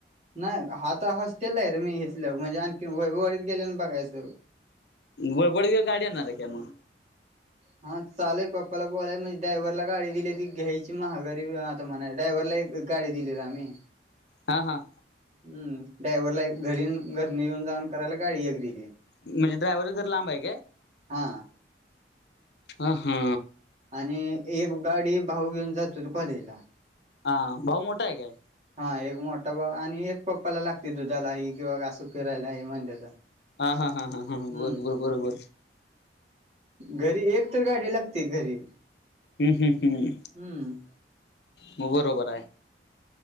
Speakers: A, on the right (about 40°); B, on the left (about 70°).
A: नाही आता हॉस्टेल आहे रे मी घेतलं म्हणजे आणखी वैभववाडीत गेले ना बघायचं.
B: ब बळगेवर गाडी आणणार आहे का म?
A: हा चालय पप्पाला बोलाय म्हणजे ड्रायवरला गाडी दिलेली ती घ्यायची महागारी वयात ते म्हणा ड्रायवरला एक गाडी दिली रे आम्ही.
B: हा हा.
A: हम्म डायव्हरला घरी घरनं येऊन जाऊन करायला गाडी एक दिली आहे.
B: म्हणजे ड्रायव्हर घर लांब आहे काय
A: हा
B: आ हा.
A: आणि एक गाडी भाऊ घेऊन जातो तो कॉलेज ला.
B: हा भाऊ मोठा आहे काय?
A: हा एक मोठा भाऊ आणि एक पप्पाला लागते दुधालाही किंवा असं फिरायला हे म्हणल्या तर.
B: आ हा हा हा हा
A: हम्म
B: बरोबर बरोबर.
A: घरी एक तर गाडी लागते घरी.
B: हम्म हम्म हम्म.
A: हम्म.
B: म बरोबर आहे.